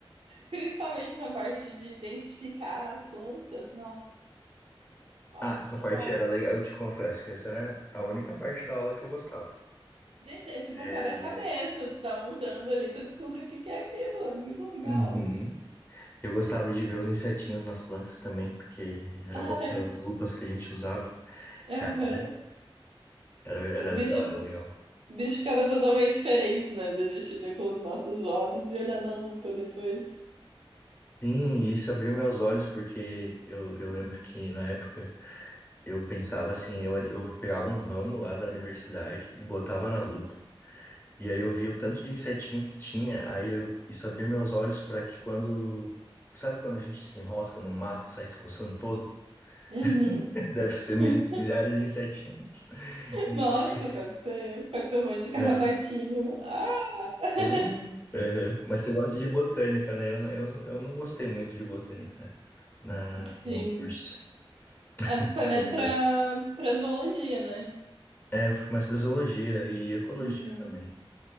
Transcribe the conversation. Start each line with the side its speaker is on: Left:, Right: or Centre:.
Right: Principalmente na parte de identificar as plantas. Nossa, nossa,
Left: Ah, essa parte
Right: amava.
Left: era legal. Eu te confesso que essa era a única parte da aula que eu gostava.
Right: Gente, é tipo
Left: É.
Right: um quebra-cabeça. Tu tá montando ali pra descobrir o que que é aquilo. É muito legal.
Left: Uhum. Eu gostava de ver os insetinhos nas plantas também, porque era
Right: Ai,
Left: bom, que eram as lupas que a gente usava.
Right: aham.
Left: Cara, era, era
Right: O bicho,
Left: legal, era legal.
Right: o bicho ficava totalmente diferente, né? Da gente ver com os nossos olhos e olhar na lupa depois.
Left: Sim, e isso abriu meus olhos porque eu, eu lembro que na época eu pensava assim, eu, eu pegava um ramo lá da universidade e botava na lupa. E aí eu vi o tanto de insetinho que tinha, aí eu, isso abriu meus olhos para que quando, sabe quando a gente se enrosca no mato e sai se coçando todo?
Right: Uhum.
Left: <laughs> Deve ser mil-
Right: <laughs>
Left: milhares de insetinhos. <laughs> Mentira.
Right: Nossa, pode ser, pode ser um monte de carrapatinho.
Left: É.
Right: Ah! <laughs>
Left: Ah, aham. Mas você gosta de botânica, né? Eu, não- eu, eu não gostei muito de botânica né? na,
Right: Sim.
Left: no meu curso, <laughs>
Right: Ah, tu foi
Left: te
Right: mais
Left: confesso.
Right: pra, pra zoologia, né?
Left: É, eu fui mais para zoologia e ecologia
Right: Uhum.
Left: também.